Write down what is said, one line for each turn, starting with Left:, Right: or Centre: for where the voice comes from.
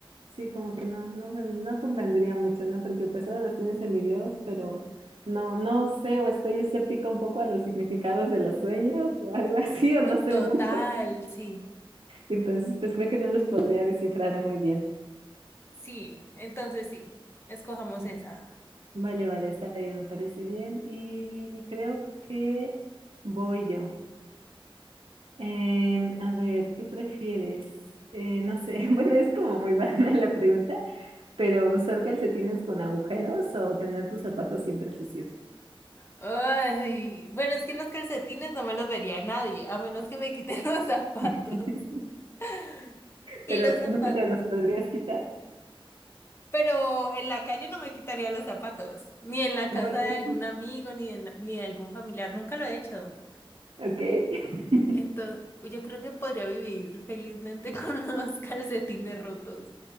Right: Sí, como que no, no, ven- no convendría mucho, ¿no? Porque pues ahora los tienes en videos, pero no, no sé, o estoy escéptica un poco a los significados de los sueños o algo <laughs> así, o no sé
Left: total,
Right: mucho.
Left: sí,
Right: Entonces, pues creo que no los podría descifrar muy bien.
Left: sí, entonces sí, escojamos
Right: Mm.
Left: esa.
Right: Vale, vale, está bien, me parece bien. Y creo que voy yo. Em, a ver, ¿qué prefieres? Eh, no sé, <laughs> bueno, es como muy <laughs> banal la pregunta, Pero usar calcetines con agujeros o tener tus zapatos siempre sucios.
Left: Ay, bueno, es que los calcetines no me los vería nadie, a menos que me quiten <laughs> los zapatos.
Right: <laughs>
Left: <laughs> Y
Right: Pero
Left: los zapatos.
Right: nunca te los podrías quitar.
Left: Pero en la calle no me quitaría los zapatos, ni en la
Right: Bueno,
Left: casa de algún
Right: sí,
Left: amigo, ni de, na- ni de algún familiar, nunca lo he hecho.
Right: ok. <laughs>
Left: Entonces, yo creo que podría vivir felizmente <laughs> con los calcetines rotos.